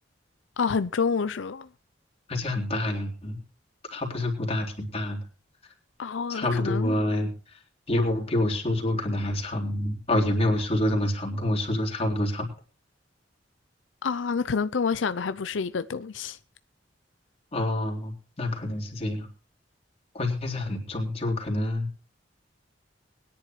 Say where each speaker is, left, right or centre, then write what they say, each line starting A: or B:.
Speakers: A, on the left (about 90°); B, on the left (about 35°).
A: 哦，很重是吗？
B: 而且很大呀。它不是不大，挺大的。
A: 哦，
B: 差不多
A: 那可能
B: 比我比我书桌可能还长，哦，也没有我书桌这么长，跟我书桌差不多长。
A: 啊，那可能跟我想的还不是一个东西。
B: 哦，那可能是这样。关键是很重，就可能